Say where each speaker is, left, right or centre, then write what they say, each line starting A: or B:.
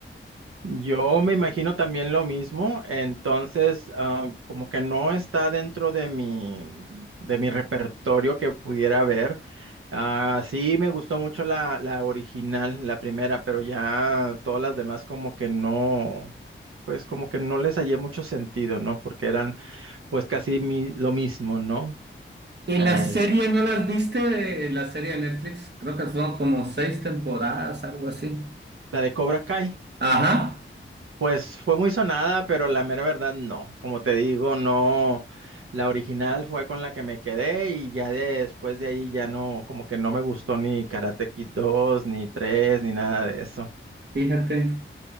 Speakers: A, on the right; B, on the right.
A: Yo me imagino también lo mismo, entonces ah, como que no está dentro de mi, de mi repertorio que pudiera ver. Ah, sí, me gustó mucho la, la original, la primera, pero ya todas las demás como que no, pues como que no les hallé mucho sentido, ¿no? Porque eran pues casi mi- lo mismo, ¿no?
B: ¿Y
A: Es
B: la serie no las viste? eh, La serie de Netflix, creo que fueron como seis temporadas, algo así.
A: la de Cobra Kai.
B: Ajá,
A: Pues fue muy sonada, pero la mera verdad no. Como te digo, no. La original fue con la que me quedé y ya después de ahí ya no, como que no me gustó ni Karate Kid 2, ni 3, ni nada de eso.
B: fíjate.